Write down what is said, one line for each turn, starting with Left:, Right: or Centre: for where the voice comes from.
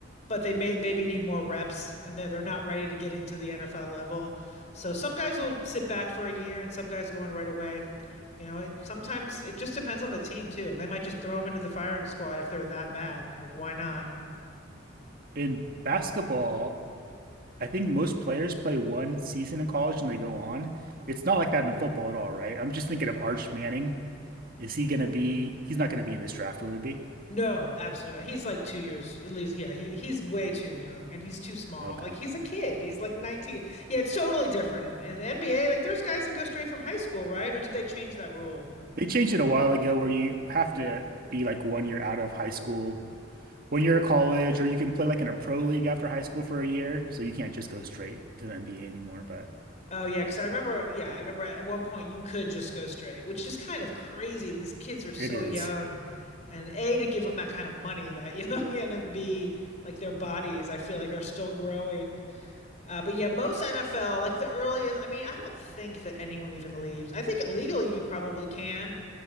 Left: but they may maybe need more reps and they're they're not ready to get into the NFL level. So some guys will sit back for a year and some guys go in right away. You know, it sometimes it just depends on the team too. They might just throw them into the firing squad if they're that bad. Like, why not?
Right: in basketball? I think most players play one season in college and they go on. It's not like that in football at all, right? I'm just thinking of Arch Manning. Is he going to be? He's not going to be in this draft, will he be?
Left: No, absolutely not. He's like two years at least. Yeah, he he's way too young and he's too small.
Right: Okay.
Left: Like he's a kid. He's like 19. Yeah, it's totally different. And and the NBA, like there's guys that go straight from high school, right? Or did they change that rule?
Right: They changed it a while ago where you have to be like one year out of high school, one year of college, or you can play like in a pro league after high school for a year. So you can't just go straight to the NBA anymore, but
Left: Oh yeah, because I remember. Yeah, I remember at one point you could just go straight, which is kind of crazy. These kids are so
Right: it is.
Left: young, and A to give them that kind of money that young, <laughs> and then B like their bodies, I feel like are still growing. Uh, but yeah, most NFL, like the earliest, I mean, I don't think that anyone even leaves. I think legally you probably can,